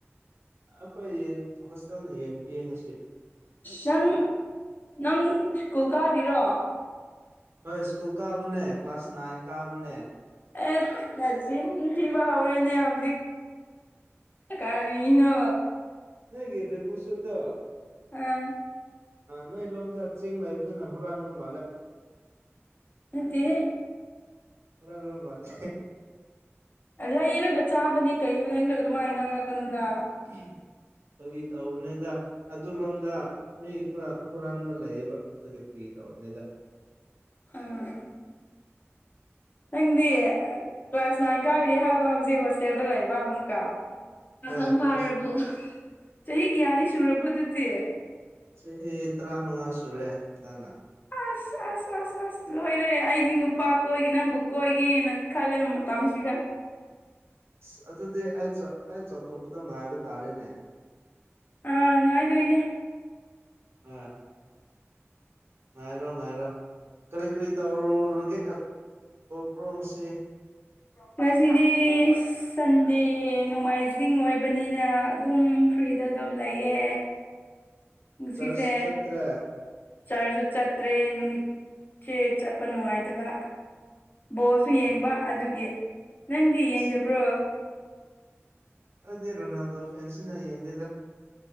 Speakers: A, on the right (about 60°); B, on the left (about 40°).
A: ꯑꯩꯈꯣꯏ ꯌꯦꯟ ꯍꯣꯁꯇꯦꯜꯅ ꯌꯦꯟ ꯄꯤꯌꯦ ꯉꯁꯤ
B: ꯅꯪ ꯅꯪ ꯁ꯭ꯀꯨꯜ ꯀꯥꯔꯤꯔꯣ
A: ꯍꯣꯏ ꯁ꯭ꯀꯨꯜ ꯀꯥꯕꯅꯦ ꯀ꯭ꯂꯥꯁ ꯅꯥꯏꯟ ꯀꯥꯕꯅꯦ
B: ꯑꯦ ꯅ ꯆꯤꯟ ꯊꯤꯕ ꯍꯧꯔꯦꯅꯦ ꯍꯧꯖꯤꯛ ꯀꯔꯤꯅꯣ
A: ꯅꯪꯒꯤ ꯕꯕꯨ ꯁꯗ
B: ꯎꯥ
A: ꯅꯣꯏ ꯂꯣꯝꯗ ꯆꯤꯡ ꯂꯩꯕꯗꯨꯅ ꯍꯨꯔꯥꯟꯕ ꯃꯥꯜꯂꯦ
B: ꯑꯠꯇ
A: ꯊꯔ ꯔꯣ ꯃꯥꯜꯂꯦ
B: ꯂꯩꯔꯒ ꯆꯥꯕꯅꯤ ꯀꯩꯅꯣ ꯅꯪꯁꯨ ꯑꯗꯨꯃꯥꯏꯅ ꯉꯥꯡꯉꯛꯀꯅꯣꯗ
A: ꯑꯩꯈꯣꯏꯒꯤ ꯇꯧꯕꯅꯤꯗ ꯑꯗꯨ ꯂꯣꯝꯗ ꯃꯤ ꯈꯔ ꯍꯨꯔꯥꯟꯕ ꯂꯩꯌꯦꯕ ꯑꯗꯨꯒꯤ ꯐ꯭ꯔꯤ ꯇꯧꯕꯅꯤꯗ
B: ꯑꯥ ꯅꯪꯗꯤ ꯀ꯭ꯂꯥꯁ ꯅꯥꯏꯟ ꯀꯥꯔꯤ ꯍꯥꯏꯕ ꯍꯧꯖꯤꯛ ꯍꯣꯁꯇꯦꯜꯗ ꯂꯩꯕ꯭ꯔꯥ ꯑꯃꯨꯛꯀ ꯄꯥꯈꯪ
A: ꯍꯣꯏ
B: ꯐꯥꯔꯕꯣ
A: ꯀ꯭ꯂꯥꯁ
B: ꯆꯍꯤ ꯀꯌꯥꯗꯤ ꯁꯨꯔꯕꯗꯨꯗꯤ꯫
A: ꯆꯍꯤ ꯇꯔꯥꯃꯉꯥ ꯁꯨꯔꯦ ꯗꯥꯅ꯫
B: ꯑꯁ ꯑꯁ ꯑꯁ ꯑꯁ ꯂꯣꯏꯔꯦ ꯑꯩꯗꯤ ꯅꯨꯄꯥ ꯀꯣꯏꯒꯦ ꯅꯪꯕꯨ ꯀꯣꯏꯒꯦꯅ ꯈꯜꯂꯦ ꯃꯇꯝꯁꯤꯗ꯫
A: ꯑꯁ ꯑꯗꯨꯗꯤ ꯑꯩ ꯑꯩ ꯆꯠꯊꯣꯛꯄꯗ ꯉꯥꯏꯕ ꯇꯥꯔꯦꯅꯦ
B: ꯑ ꯉꯥꯏꯗꯣꯏꯅꯦ꯫
A: ꯑ꯫ ꯉꯥꯏꯔꯣ ꯉꯥꯏꯔꯣ ꯀꯔꯤ ꯀꯔꯤ ꯇꯧꯔꯨꯔꯒꯦ ꯇ꯭ꯔꯣꯁꯤ
B: ꯉꯁꯤꯗꯤꯁ ꯁꯟꯗꯦ ꯅꯣꯡꯃꯥꯏꯖꯤꯡ ꯑꯣꯏꯕꯅꯤꯅ ꯑꯗꯨꯝ ꯐ꯭ꯔꯤꯗ ꯑꯗꯨꯝ ꯂꯩꯌꯦ꯫ ꯨꯉꯁꯤꯁꯦ꯫
A: ꯆꯔꯆ ꯆꯠꯇ꯭ꯔꯦ
B: ꯆꯔꯁꯨ ꯆꯠꯇ꯭ꯔꯦ ꯅꯨꯃꯤꯠꯁꯦ ꯆꯠꯄ ꯅꯨꯡꯉꯥꯏꯇꯕ꯫ ꯕꯣꯜꯁꯨ ꯌꯦꯡꯕ
A: ꯎꯝ
B: ꯑꯗꯨꯒꯤ ꯅꯪꯗꯤ ꯌꯦꯡꯗꯕ꯭ꯔꯣ꯫
A: ꯑꯁ ꯑꯗꯨꯗꯦ ꯔꯣꯅꯥꯜꯗꯣ ꯐꯦꯟꯁꯤꯅ ꯌꯦꯡꯗꯦꯗ